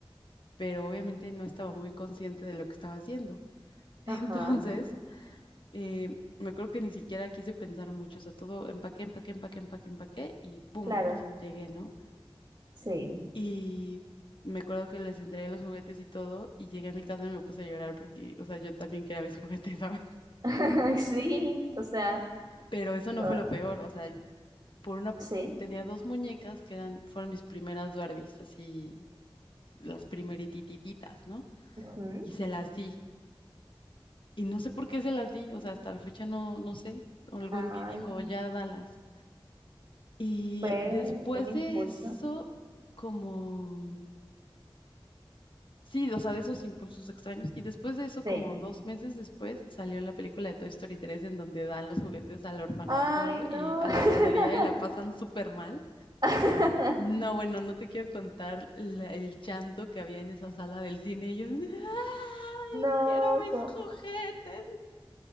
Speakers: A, on the left; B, on the right.
A: pero obviamente no estaba muy consciente de lo que estaba haciendo. <laughs>
B: Ajá,
A: Entonces, eh, me acuerdo que ni siquiera quise pensar mucho, o sea, todo empaqué, empaqué, empaqué, empaqué, empaqué y ¡pum!
B: claro.
A: Llegué, ¿no?
B: Sí.
A: Y me acuerdo que les entregué los juguetes y todo, y llegué a mi casa y me puse a llorar porque, o sea, yo también quería mis <laughs> juguetes, ¿sabes?
B: <laughs> Ay, sí. O sea.
A: Pero eso no
B: Ah,
A: fue lo peor, o sea, por una,
B: sí.
A: tenía dos muñecas que eran, fueron mis primeras Barbies, así, las primeritititas, ¿no?
B: Ujú.
A: Y se las di, y no sé por qué se las di, o sea, hasta la fecha no, no sé, algo
B: Ay,
A: en mí dijo, ya dalas. Y
B: fue
A: después
B: un impulso.
A: de eso, como... Sí, o sea, de esos impulsos extraños. Y después de eso, como
B: Sí.
A: dos meses después, salió la película de Toy Story tres en donde dan los juguetes al orfanato
B: Ay, no.
A: y a
B: <laughs>
A: la guardería y la pasan súper mal.
B: <laughs>
A: No, bueno, no te quiero contar la- el llanto que había en esa sala del cine. Ellos, ¡ay!
B: No,
A: Quiero mis
B: como,
A: juguetes.